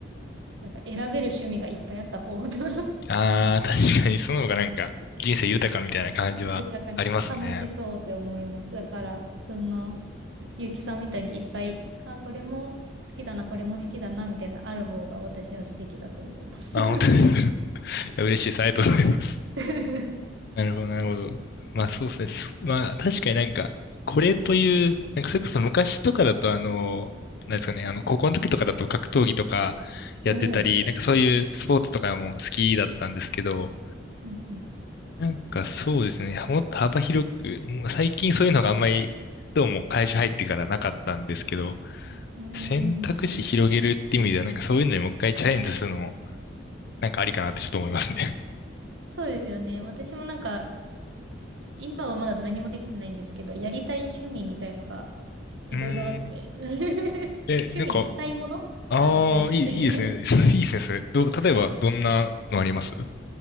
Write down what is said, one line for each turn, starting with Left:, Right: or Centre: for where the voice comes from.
Right: なんか選べる趣味がいっぱいあった方が <laughs>
Left: ああー、確かにその方がなんか、人生豊かみたいな感じはありますね。
Right: 豊か、楽しそうって思います。だから、その、ゆうきさんみたいにいっぱい、あ、これも好きだな、これも好きだな、みたいな、ある方が私は素敵だと思います。
Left: あ本当に <laughs> いや嬉しいです。ありがとうございます。
Right: <laughs>
Left: なるほど、なるほど。まあそうですね。すまあ確かになんか、これという、なんかそれこそ昔とかだとあの、なんですかね、あの、高校の時とかだと格闘技とかやってたり、
Right: おお。
Left: なんかそういうスポーツとかも好きだったんですけど、
Right: うんうん
Left: なんかそうですね、もっと幅広く、もう最近そういうのがあんまり、どうも会社入ってからなかったんですけど、
Right: うーん、
Left: 選択肢広げるって意味では、
Right: そうですよね。
Left: なんかそういうのにもう一回チャレンジするのも、なんかありかなってちょっと思いますね。
Right: そうですよね。私もなんか、今はまだ何もできてないんですけど、やりたい趣味みたいのがいろいろあって、
Left: うーん。
Right: <laughs> 趣味にしたいものがいっぱいあって
Left: え、なんか、ああ、いい、いいですね。<laughs> いいですね、それ。どう、例えば、どんなのあります